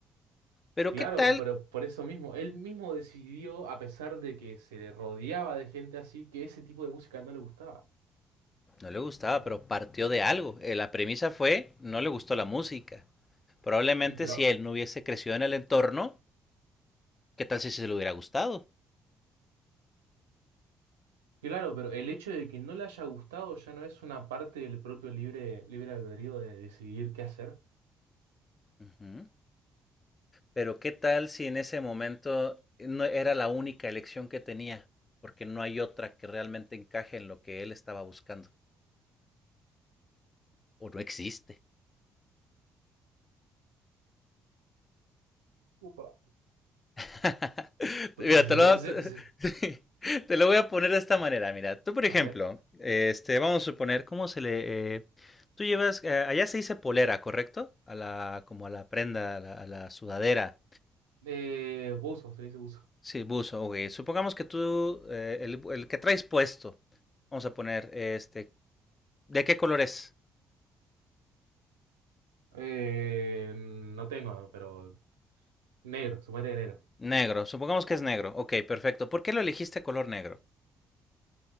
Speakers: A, on the left; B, on the right.
A: Pero
B: Claro,
A: ¿qué tal?
B: pero por eso mismo, él mismo decidió, a pesar de que se le rodeaba de gente así, que ese tipo de música no le gustaba.
A: No le gustaba, pero partió de algo. Eh, La premisa fue, no le gustó la música. Probablemente
B: Y pero,
A: si él no hubiese crecido en el entorno, ¿qué tal si se le hubiera gustado?
B: claro, pero el hecho de que no le haya gustado ya no es una parte del propio libre, libre albedrío de decidir qué hacer.
A: Ujú. Pero ¿qué tal si en ese momento no era la única elección que tenía? Porque no hay otra que realmente encaje en lo que él estaba buscando. O no existe.
B: Upa.
A: <laughs> Mira,
B: Justo se-
A: te lo,
B: <laughs> se-
A: te,
B: se- se-
A: <laughs> te lo voy a poner de esta manera. Mira, tú, por ejemplo,
B: a ver.
A: este, vamos a suponer, ¿cómo se le...? eh, tú llevas, eh, allá se dice polera, ¿correcto? A la, como a la prenda, a la, a la sudadera.
B: Eh, buzo, se le dice buzo.
A: Sí, buzo, ok. Supongamos que tú, eh, el, el que traes puesto, vamos a poner, este, ¿de qué color es?
B: Eh, no tengo, pero negro, suponete de negro.
A: Negro. Supongamos que es negro. Ok, perfecto. ¿Por qué lo elegiste color negro?